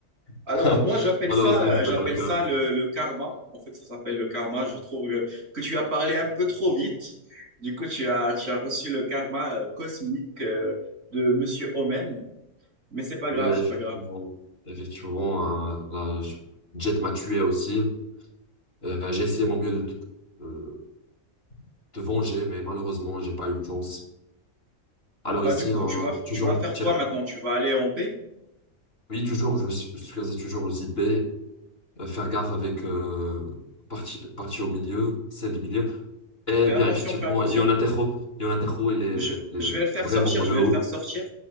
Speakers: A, on the right; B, on the left.
A: Alors,
B: <laughs>
A: moi, j'appelle
B: Malheureusement,
A: ça,
B: ce
A: euh, j'appelle
B: n'est pas le cas.
A: ça le, le karma. En fait, ça s'appelle le karma. Je trouve que, que tu as parlé un peu trop vite. Du coup, tu as, tu as reçu le karma euh, cosmique euh, de Monsieur Omen. Mais c'est pas
B: Mais
A: grave, c'est
B: effectivement,
A: pas grave.
B: effectivement, euh, la j- Jet m'a tué aussi. Euh, j'ai essayé mon mieux de te euh, te venger, mais malheureusement, j'ai pas eu de chance. Alors
A: Bah,
B: ici,
A: du coup,
B: hein,
A: tu vas,
B: toujours,
A: tu vas
B: on
A: faire
B: tire.
A: quoi maintenant? Tu vas aller en B?
B: Oui, toujours, je vais su- sécuriser toujours le site B. Euh, faire gaffe avec euh, partie, partie au milieu, celle du milieu. Eh
A: Fais
B: bien,
A: attention,
B: effectivement,
A: fais attention.
B: Ionatejo, Ionatejo, il est,
A: Je,
B: il est
A: je vais le faire
B: vraiment
A: sortir, je
B: low,
A: vais le faire sortir.